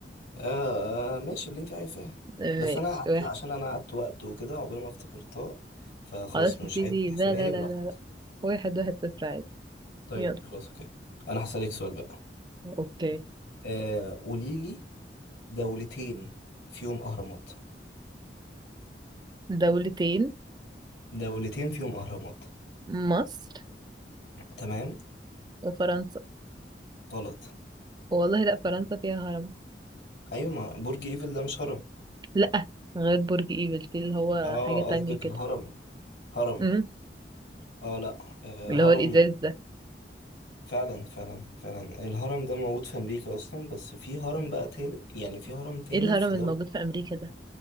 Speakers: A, on the left; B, on the right.
A: آه آه، ماشي اللي انت عايزاه
B: آه،
A: بس
B: ماشي
A: انا قعدت
B: واحد
A: عشان انا قعدت وقت وكده عقبال ما افتكرتها فخلاص
B: خلاص
A: مش
B: نبتدي
A: عايز تحسبها
B: لا لا
A: لي
B: لا
A: براحتك
B: لا لا واحد واحد صفر عادي
A: طيب
B: يلا
A: خلاص اوكي انا هسألك سؤال بقى
B: اوكي
A: آه قولي لي دولتين فيهم اهرامات
B: دولتين
A: دولتين فيهم اهرامات
B: مصر
A: تمام
B: وفرنسا
A: غلط
B: والله لا فرنسا فيها هرم
A: ايوه ما برج ايفل ده مش هرم
B: لا غير برج ايفل في اللي هو
A: اه
B: حاجة تانية
A: قصدك
B: كده
A: الهرم هرم
B: امم
A: اه لا آه
B: اللي هو
A: هرم
B: الإزاز ده
A: فعلا فعلا فعلا الهرم ده موجود في امريكا اصلا بس في هرم بقى تالت يعني في هرم تاني
B: ايه الهرم
A: في
B: الموجود
A: دولة
B: في أمريكا ده